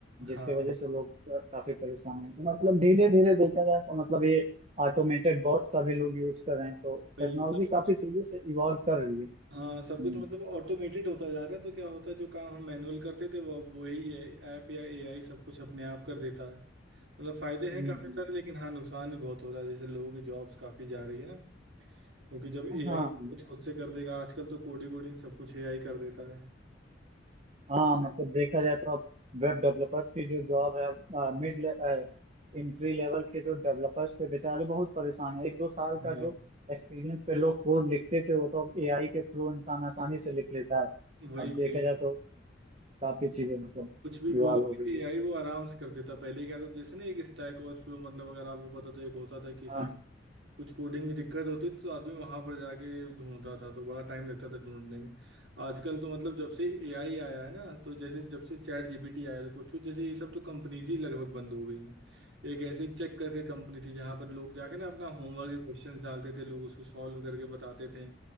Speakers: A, on the right; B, on the right.
A: जिसकी
B: हाँ
A: वजह से लोग अ, काफी परेशान हैं तो मतलब धीरे धीरे देखा जाए तो मतलब ये ऑटोमेटेड बॉट का भी लोग यूज कर रहे हैं तो
B: भाई
A: टेक्नोलॉजी
B: सब कुछ
A: काफी तेजी से इवॉल्व कर रही है
B: हाँ
A: हम्म,
B: सब कुछ मतलब ऑटोमेटेड होता जा रहा है तो क्या होता है जो काम हम मैनुअल करते थे वो वही है ऐप या एआई सब कुछ अपने आप कर देता है मतलब फायदे
A: हम्म,
B: हैं काफी
A: हम्म।
B: सारे लेकिन हाँ नुकसान भी बहुत हो रहा है जैसे लोगों की जॉब्स काफी जा रही है ना क्योंकि जब एआई
A: हाँ हाँ
B: कुछ खुद से कर देगा आजकल तो कोडिंग कोडिंग सब कुछ एआई कर देता है
A: हाँ मतलब देखा जाए तो अब वेब डेवलपर्स की जो जॉब है अब मिड इंट्री लेवल के जो डेवलपर्स थे बेचारे बहुत परेशान है एक दो साल
B: हाँ
A: का जो एक्सपीरियंस पे लोग कोड लिखते थे वो तो अब एआई के थ्रू इंसान आसानी से लिख लेता है
B: वही
A: अब
B: वही
A: देखा जाए तो काफी चीजें मतलब
B: कुछ भी बोले
A: इवॉल्व हो गई है।
B: एआई वो आराम से कर देता पहले क्या था जैसे ना एक स्टैक ओवरफ्लो मतलब अगर आपको पता तो एक होता था कि
A: हाँ
B: सब कुछ कोडिंग की दिक्कत होती थी तो आदमी वहां पर जाके ढूंढता था तो बड़ा टाइम लगता था ढूंढने में आजकल तो मतलब जब से एआई आया है ना तो जैसे जब से चैट जीपीटी आया है तो कुछ कुछ जैसे ये सब तो कंपनीज ही लगभग बंद हो गई हैं एक ऐसी चेक करके कंपनी थी जहां पर लोग जाके ना अपना होमवर्क के क्वेश्चंस डालते थे लोग उसको सॉल्व करके बताते थे